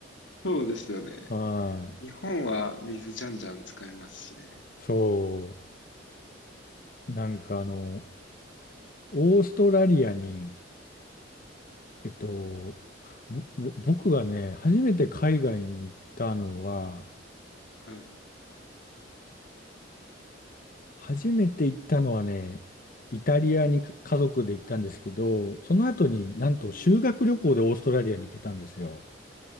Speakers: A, on the left; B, on the left.
A: そうですよね。
B: はい
A: 日本は水じゃんじゃん使えますしね。
B: そう、なんかあの、オーストラリアに、えっと、ぼぼ僕がね、初めて海外に行ったのは、
A: はい。
B: 初めて行ったのはね、イタリアにか家族で行ったんですけど、その後になんと修学旅行でオーストラリアに行ってたんですよ。
A: おー